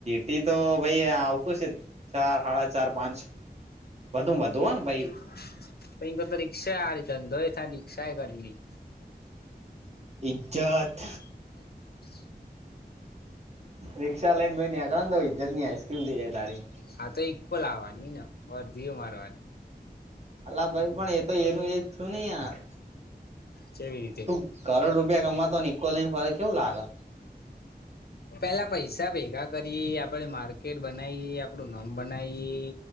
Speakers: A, on the right (about 40°); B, on the left (about 70°).
A: ઈતો ભઈ આવતું છે ચાર સાડા ચાર પાંચ વધુ વધુ હોય ને ભઈ.
B: <unintelligible> તો રિક્ષા આર ધંધોય થ ને રિક્ષા એ ઘરીની.
A: ઇજ્જત.
B: <inaudible>
A: રીક્ષા લઈને ભઈ નેકળેને તો ઈજ્જત નીઈસ્ક્રીમ થઇ જાય તારી,
B: હા, તો ઈક્કો લાવવાની ને વરધીઓ મારવાની,
A: અલ્લાહ ભાઈ પણ એ તો એનું એજ થયું ને યાર
B: કેવી રીતે
A: તું કરોડ રૂપિયા કમાતોને ઈકો લઈને ફરે કેવું લાગે,
B: પેલા પૈસા ભેગા કરીએ આપણેે માર્કેટ બનાવીએ, આપડું નોમ બનાવી